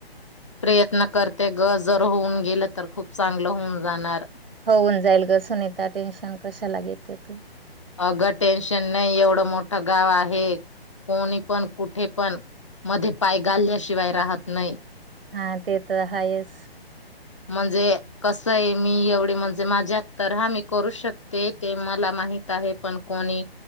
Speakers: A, on the left (about 30°); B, on the right (about 60°).
A: प्रयत्न करते ग जर होऊन गेलं तर खूप चांगलं होऊन जाणार
B: होऊन जाईल गं सुनीता टेन्शन कशाला घ येते तू
A: अगं टेन्शन नाही एवढं मोठं गाव आहे कोणी पण कुठे पण मध्ये पाय घालल्याशिवाय राहत नाही
B: हा ते तर हायस
A: म्हणजे कस आहे मी एवढी म्हणजे माझ्यात तर हा मी करू शकते ते मला माहित आहे पण कोणी